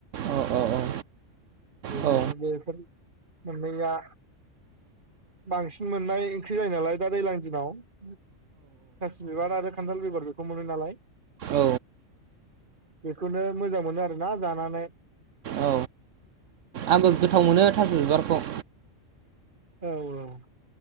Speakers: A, on the right; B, on the right.
A: अ अ औ।
B: गैला
A: औ
B: बेफोर मोननैया बांसिन मोननाय ओंख्रि जायो नालाय दा दैज्लां दिनाव थासि बिबार आरो खान्थाल बेगर बेखौ मोनो नालाय।
A: औ
B: बेखौनो मोजां मोनो आरोना जानानै।
A: औ आंबो गोथाव मोनो थास बिबारखौ।
B: औ औ।